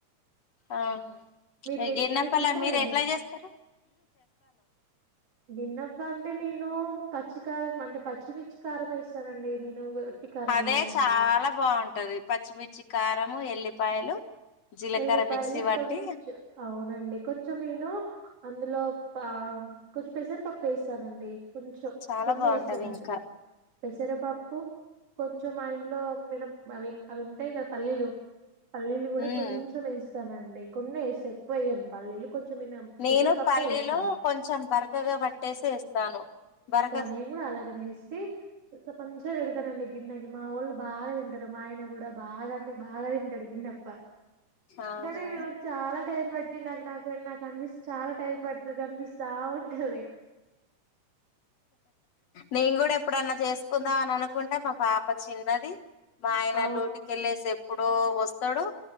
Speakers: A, on the left; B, on the right.
A: ఆహా
B: మీరు
A: ప్చ్ గిన్నప్పల్ల
B: మీరు తింటారండి
A: మీరెట్లా చేస్తారు
B: గిన్నప్పాంటే నేను పచ్చికారం అంటే పచ్చిమిర్చి కారం వేసానండి నేను కారం
A: అదే
B: వేయనండి
A: చాలా బాగుంటది పచ్చిమిర్చి కారము ఎల్లిపాయలు జీలకర్ర
B: ఎల్లిపాయలు
A: మిక్సీ పట్టి
B: కొంచం అవునండి కొంచెం నేను అందులో పా కొంచెం పెసరిపప్పు ఏస్తానండి కొంచెం
A: చాలా
B: కొన్ని
A: బాగుంటది
B: ఏస్తానండి
A: ఇంకా
B: పెసరపప్పు కొంచెం మా ఇంట్లో మినం అవి అవుంటాయి గదా పల్లీలు పల్లీలు కూడా
A: ఉమ్
B: ఇస్తానండి కొన్నెస్తా ఎక్కువెయ్యను పల్లీలు కొంచం మీనం
A: నేను
B: పెసరపప్పే
A: పల్లీలో
B: ఏస్తాను
A: కొంచెం బరకగా పట్టేసి ఏస్తాను బరక
B: నేను గూడా అలాగనేేస్తి కోసేప్ మంచిగా పెడతారండి గిన్నెకి మా ఒళ్ళు బా దింటారు మా ఆయన గూడా బాగా అంటే బాగా తింటాడు గిన్నెప
A: అవునా
B: కానీ నాక్ చాలా టైం బట్టిందండి నాకు నాకన్పిస్ చాలా టైం పడతదా అనిపిస్తా ఉంటది
A: నేను గూడా ఎప్పుడన్నా జేస్కుందాం అని అనుకుంటే మా పాప చిన్నది మా ఆయన
B: అవును
A: డ్యూటీ కెళ్లేసి ఎప్పుడో ఒస్తడు